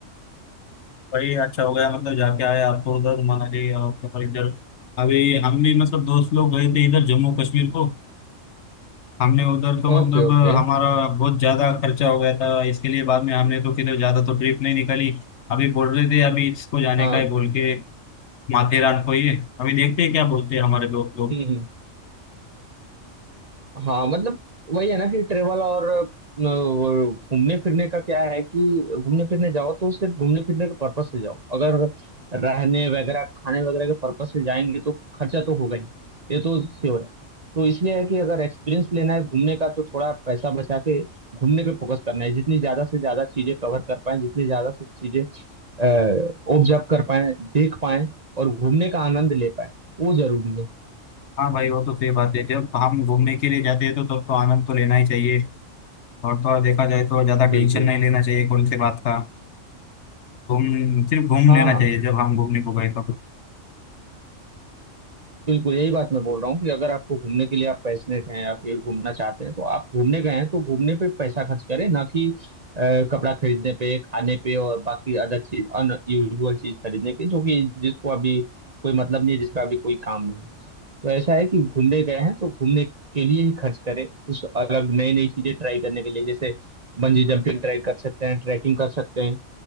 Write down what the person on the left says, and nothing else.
भाई अच्छा हो गया मतलब जाके आए आप तो उधर मनाली और फिर इधर अभी हम भी मतलब दोस्त लोग गए थे इधर जम्मू कश्मीर को हमने उधर तो मतलब
अ, हमारा बहुत ज्यादा खर्चा हो गया था इसके लिए बाद में हमने तो किधर ज्यादा तो ट्रिप नहीं निकाली अभी बोल रहे थे अभी इसको जाने
का है बोल के माथेरान को ही अभी देखते हैं क्या बोलते हैं हमारे दोस्त लोग
हाँ भाई वो तो सही बात है जब हम घूमने के लिए जाते हैं तो तब तो आनंद तो लेना ही चाहिए और थोड़ा देखा जाए तो ज्यादा
टेंशन नहीं लेना चाहिए कौन सी बात का घूम सिर्फ घूम
लेना
चाहिए जब हम घूमने को गए तब